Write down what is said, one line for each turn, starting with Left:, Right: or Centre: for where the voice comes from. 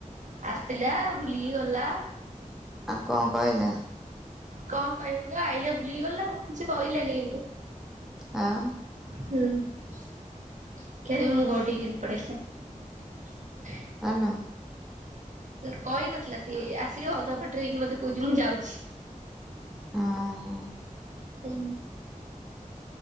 Right: ଆସଥିଲା ବୁଲିକି ଗଲା।
Centre: ଆଉ କଣ କହିଲା?
Right: କଣ କହିବ ସିଏ <unintelligible> ଆଇଲା ବୁଲିିକି ଗଲା ଆଉ କିଛି କହିଲାନି କିନ୍ତୁ।
Centre: ହଁ।
Right: ହୁଁ ଏଇଠି ମୁଁ <unintelligible> ପଳେଇ ଆସେ।
Centre: ପାନ <unintelligible>
Right: ସିଏ କହିନଥିଲା ସିଏ ଆସିକି ଅଧା ବାଟରେ ହେଇକି ମତେ କୋହୁଚି ମୁଁ ଯାଉଚି।
Centre: ଓହୋ
Right: ହୁଁ।